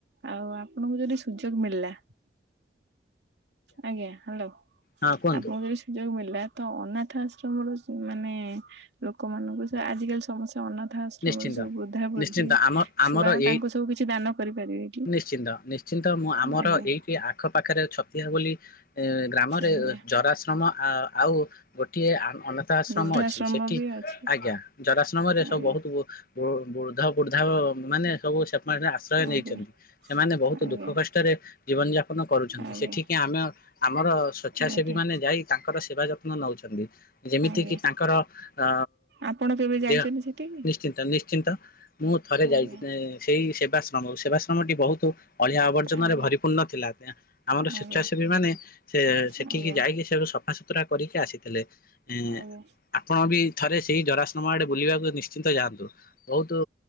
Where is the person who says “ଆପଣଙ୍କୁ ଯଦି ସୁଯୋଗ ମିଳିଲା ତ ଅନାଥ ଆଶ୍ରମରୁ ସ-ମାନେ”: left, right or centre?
Right